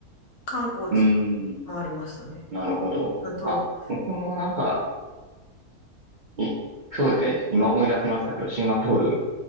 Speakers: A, on the left (about 70°); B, on the right (about 60°).
A: 観光地
B: うん、
A: 回りましたね。
B: なるほど。
A: あと、
B: あ、僕もなんか、い、そうですね。今思い出しましたけど、シンガポール